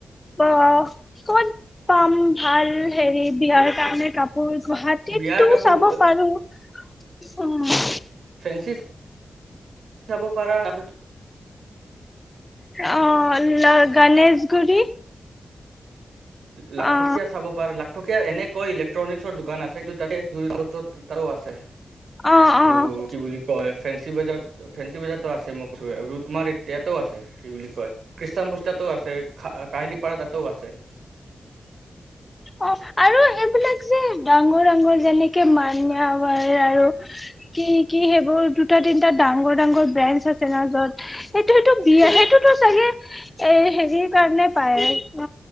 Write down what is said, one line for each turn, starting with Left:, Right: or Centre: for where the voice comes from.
Left: অ অমান পাম ভাল হেৰি বিয়াৰ কাৰণে কাম গুৱাহাটীততটো
Right: বিয়াৰ কাপোৰ
Left: চাব পাৰো উ
Right: ফ্ৰেনচি জাব পাৰা আৰু
Left: অহ ল গণেশগুৰি
Right: লাটকীয়া
Left: অ
Right: চাব পাৰা লাটকীয়া এনেকা ইলেক্ট্ৰনিক্ছৰ দোকান আছে কিন্তু তাতে জৰিদ্ৰত এটাও আছে
Left: অ অ
Right: আৰু কি বুলি কয় ফেঞ্চি বজাৰত ফেঞ্চি বজাৰতো আছে মই কৈ ৰুটমাৰ ইয়াাতও আছে কি বুলি কয় খ্ৰীষ্টান বস্তা ও আছে কাহালী পাৰা তাতেও আছে
Left: অ আৰু এইবিলাক যে ডাঙৰ ডাঙৰ যেনেকে মানিয়মাৰ আৰু কি কি সেইবোৰ দুটা তিনটা ডাঙৰ ডাঙৰ ব্ৰেঞ্চ আছে না যত এইটো সটো বিয়াহে টো চাগে এ হেৰিৰ কাৰণে পায় ন